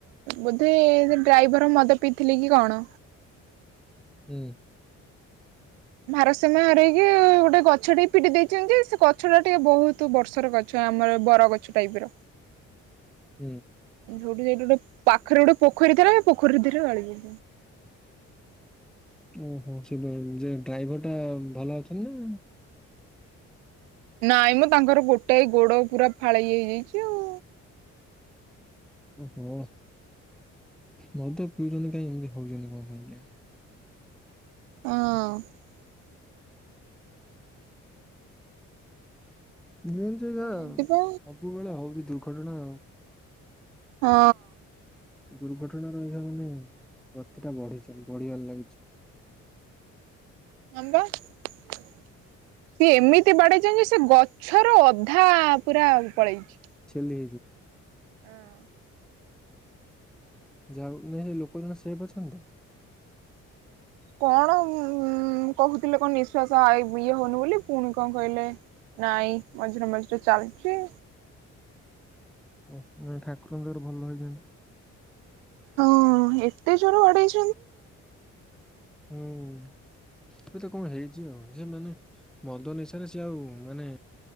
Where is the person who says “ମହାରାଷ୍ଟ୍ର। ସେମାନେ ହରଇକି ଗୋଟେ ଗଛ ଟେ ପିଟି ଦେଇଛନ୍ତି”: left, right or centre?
Right